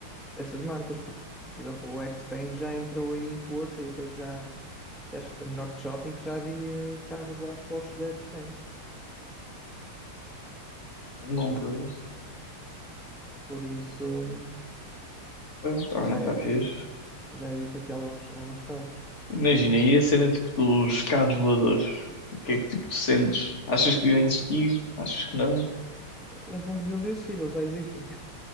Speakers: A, in the centre; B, on the left.
A: destas marcas. Por, por exemplo, o Xpeng já entrou aí em força e até já, até acho que foi no Norte Shopping que já havia carros lá expostos da Xpeng.
B: Não, por para
A: Por isso.
B: Ah, Tá,
A: Já,
B: não está
A: é,
B: fixe.
A: Já existem aqui alguns, alguns carros.
B: Imagina aí a cena tipo dos carros voadores. O que é que tipo tu sentes? Achas que deviam existir? Achas que não?
A: Eles não deviam de existir, eles já existem.